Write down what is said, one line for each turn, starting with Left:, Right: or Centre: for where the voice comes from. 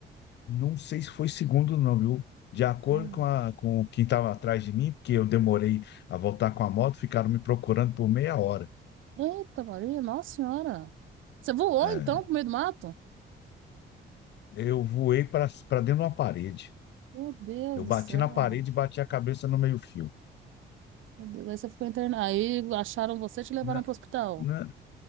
Left: Não sei se foi segundo não, viu? De acordo
Right: Hum.
Left: com, a, com quem estava atrás de mim, porque eu demorei a voltar com a moto, ficaram me procurando por meia hora.
Right: Eita, Maria, nossa senhora. Você voou
Left: É,
Right: então pro meio do mato?
Left: eu voei para para dentro de uma parede.
Right: Meu Deus
Left: Eu
Right: do
Left: bati
Right: céu.
Left: na parede e bati a cabeça no meio-fio.
Right: Meu Deus, aí você ficou internado. Aí acharam você e te levaram
Left: Na-
Right: pro hospital.
Left: na-